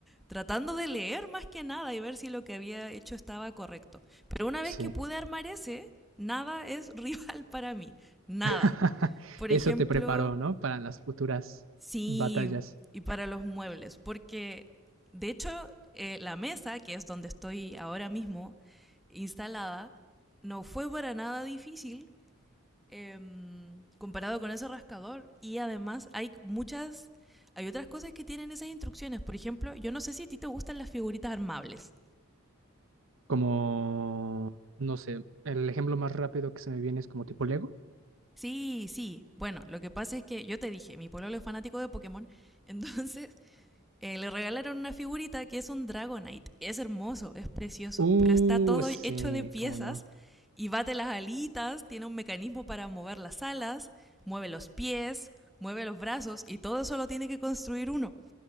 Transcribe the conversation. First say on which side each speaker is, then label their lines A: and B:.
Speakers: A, in the centre; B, on the right.
A: tratando de leer más que nada y ver si lo que había hecho estaba correcto. Pero una
B: sí.
A: vez que pude armar ese, nada es <laughs> rival para mí, nada.
B: <laughs>
A: Por
B: Eso
A: ejemplo,
B: te preparó, ¿no? Para las futuras
A: Sí,
B: batallas.
A: y para los muebles, porque de hecho eh, la mesa, que es donde estoy ahora mismo instalada, no fue para nada difícil eh, comparado con ese rascador y además hay muchas, hay otras cosas que tienen esas instrucciones. Por ejemplo, yo no sé si a ti te gustan las figuritas armables.
B: Como, no sé, el ejemplo más rápido que se me viene es como tipo Lego.
A: Sí, sí. Bueno, lo que pasa es que yo te dije, mi pueblo es fanático de Pokémon, <laughs> entonces Eh, le regalaron una figurita que es un Dragonite. Es hermoso, es precioso,
B: Uh,
A: pero está todo
B: sí,
A: hecho de piezas
B: cómo no.
A: y bate las alitas, tiene un mecanismo para mover las alas, mueve los pies, mueve los brazos y todo eso lo tiene que construir uno.